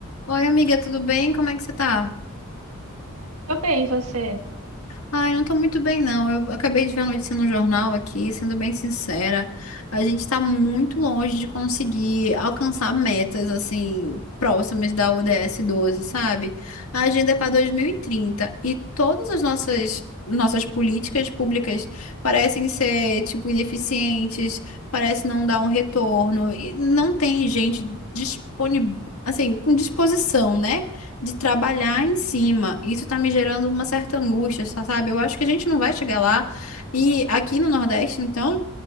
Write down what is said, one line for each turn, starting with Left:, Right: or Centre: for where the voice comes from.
Left: Oi, amiga, tudo bem? Como é que você tá?
Right: Tô bem, você?
Left: Ai, não tô muito bem, não. Eu acabei de ver a notícia no jornal aqui, sendo bem sincera, a gente tá muito longe de conseguir alcançar metas, assim, próximas da ODS 12, sabe? A agenda é para 2030 e trinta e todas as nossas nossas políticas públicas parecem ser, tipo, ineficientes, parece não dar um retorno e não tem gente disponível, assim, com disposição, né? de trabalhar em cima. Isso tá me gerando uma certa angústia, sa- sabe? Eu acho que a gente não vai chegar lá. E aqui no Nordeste, então,